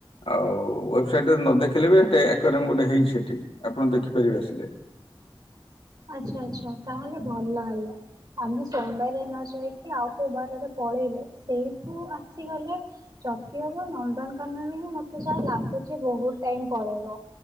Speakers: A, on the left (about 70°); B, on the right (about 45°).
A: ଆଉ ୱେବସାଇଟରେ ନ ଦେଖିଲେ ବି ସେଟ ଆୱାରମ୍ ଗୋଟେ ହେଇଛି ସେଇଠି ଆପଣ ଦେଖିପାରିବେ ଆସିଲେ।
B: ଆଚ୍ଛା ଆଚ୍ଛା ତାହଲେ ଭଲ ହେଲା। ଖାଲି ସୋମବାରିଆ ନ ଯାଇକି ଆଉ କୋଉ ବାରରେ ପଳେଇଲେ ସେଇଠୁ ଆସିଗଲେ ଯଦି ହବ ନନ୍ଦନକାନରେ ହିଁ ମତେ ଯାହା ଲାଗୁଛି ବହୁତ ଟାଇମ ପଳେଇବ।